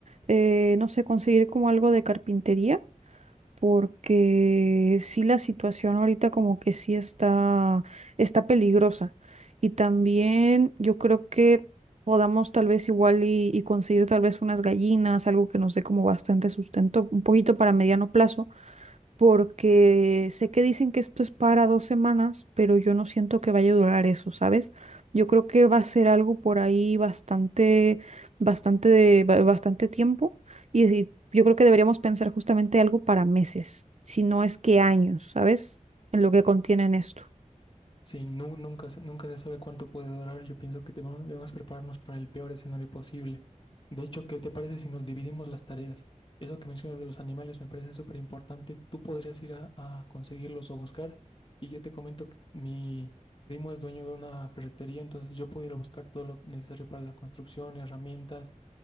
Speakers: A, on the right; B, on the left.
A: eh, no sé, conseguir como algo de carpintería, porque sí la situación ahorita como que sí está, está peligrosa. Y también yo creo que podamos tal vez igual y, y conseguir tal vez unas gallinas, algo que nos dé como bastante sustento, un poquito para mediano plazo porque sé que dicen que esto es para dos semanas, pero yo no siento que vaya a durar eso, ¿sabes? Yo creo que va a ser algo por ahí bastante, bastante, de- ba- bastante tiempo y, y yo creo que deberíamos pensar justamente algo para meses, si no es que años, ¿sabes? En lo que contienen esto.
B: Sí, nu- nunca, se- nunca se sabe cuánto puede durar. Yo pienso que debemos, debemos prepararnos para el peor escenario posible. De hecho, ¿qué te parece si nos dividimos las tareas? Eso que mencionas de los animales me parece súper importante. Tú podrías ir a, a conseguirlos o buscar. Y yo te comento que mi primo es dueño de una ferretería, entonces yo puedo ir a buscar todo lo necesario para la construcción, herramientas,